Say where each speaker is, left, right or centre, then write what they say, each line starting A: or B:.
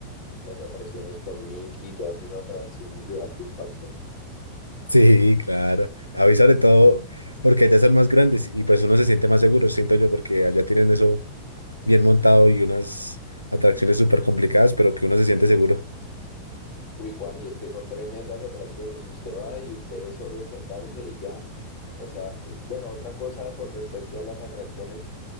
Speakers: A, on the left; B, on the left.
A: las atracciones con Mickey y todas esas atracciones de alto impacto?
B: Sí, claro. A mí sobre todo porque allá son más grandes y pues uno se siente más seguro, siento yo, porque allá tienen eso bien montado y unas atracciones súper complicadas, pero que uno se siente seguro.
A: Uy, Juan, y es que son tremendas atracciones. Usted va y usted solo es sentarse y ya. O sea, bueno, otra cosa con respecto a las atracciones